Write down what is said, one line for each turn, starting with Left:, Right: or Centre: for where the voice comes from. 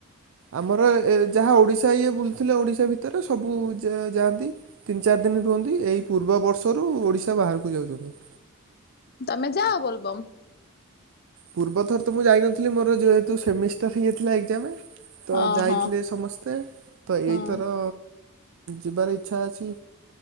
Right: ଆମର ଯାହା ଓଡ଼ିଶା ଇଏ ବୁଲୁଥିଲେ ଓଡିଶା ଭିତରେ ସବୁ ଯାଆନ୍ତି। ତିନି ଚାରି ଦିନ ରୁହନ୍ତି ଏଇ ପୂର୍ବ ବର୍ଷରୁ ଓଡ଼ିଶା ବାହାରକୁ ଯାଉଛନ୍ତି।
Left: ତମେ ଯାଅ ବୋଲବମ।
Right: ପୂର୍ବ ଥର ତ ମୁଁ ଯାଇନଥିଲି ମୋର ଯେହେତୁ ସେମିଷ୍ଟର ହେଇଯାଇଥିଲା ଏକଜାମ। ତ
Left: ଓହୋ
Right: ଯାଇଥିଲେ ସମସ୍ତେ ତ
Left: ହଁ
Right: ଏଇଥର ଯିବାର ଇଚ୍ଛା ଅଛି